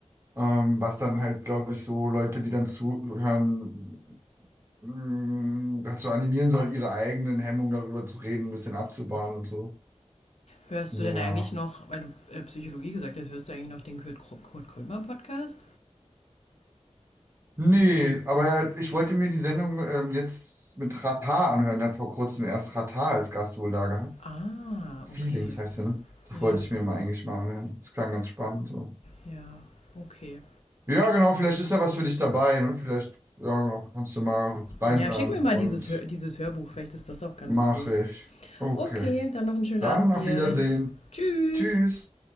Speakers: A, on the right; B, on the left.
A: Ähm, was dann halt, glaube ich, so Leute, die dann zuhören, mh, dazu animieren soll, ihre eigenen Hemmungen darüber zu reden, ein bisschen abzubauen und so.
B: hörst
A: Ja.
B: du denn eigentlich noch, weil du äh, Psychologie gesagt hast, hörst du eigentlich noch den Kurt, Kr- Kurt Krömer Podcast?
A: Nee, aber ja ich wollte mir die Sendung ähm, jetzt mit Ratar anhören. Der hat vor kurzem erst Ratar als Gast wohl da gehabt.
B: Ah,
A: Feelings
B: okay.
A: heißt der, ne? Das
B: Ja,
A: wollte ich mir mal eigentlich mal anhören. Das klang ganz spannend. So.
B: ja, okay.
A: Ja, genau, vielleicht ist ja was für dich dabei. Ne? Vielleicht, ja, genau, kannst du mal reinhören
B: Ja, schick mir mal
A: und
B: dieses, dieses Hörbuch, vielleicht ist das auch ganz
A: mache
B: cool.
A: ich. Okay.
B: Okay, dann noch einen schönen
A: Dann
B: Abend
A: auf
B: dir.
A: Wiedersehen.
B: Tschüss.
A: Tschüss.